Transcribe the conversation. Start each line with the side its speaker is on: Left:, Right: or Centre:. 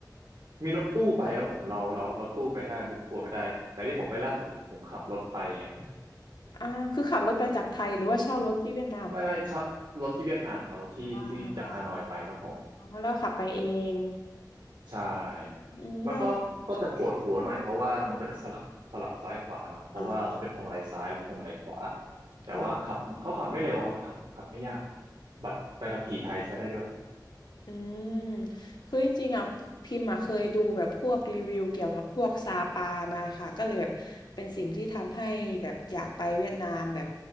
Right: มีรถตู้ไปครับผมเราเรารถตู้ไปได้บุ๊กทัวร์ไปได้แต่ที่ผมไปล่าสุดผมขับรถไปไง
Left: อ่าคือขับรถไปจากไทยหรือว่าเช่ารถที่เวียดนามค่ะ
Right: <laughs> ไม่ไม่ชอบรถที่เวียดนามขับรถที่ที่จากฮานอยไปครับผม
Left: อ่าค่ะอ๋อแล้วขับไปเอง
Right: ใช่มันก็ก็จะปวดหัวหน่อยเพราะว่ามันก็จะสลับสลับซ้ายขวาเนาะเพราะว่าเขาเป็นพวงมาลัยซ้ายแล้วพวงมาลัยขวา
Left: อืมน่าจะครับอ่า
Right: แต่ว่าขับเขาขับไม่เร็วครับขับขับไม่ยาก
Left: ค่ะ
Right: บัตรใบขับขี่ไทยใช้ได้ด้วย
Left: อืมคือจริงๆอ่ะพิมพ์อ่ะเคยดูแบบพวกรีวิวเกี่ยวกับพวกซาปามาค่ะก็เลยแบบเป็นสิ่งที่ทำให้แบบอยากไปเวียดนามแบบ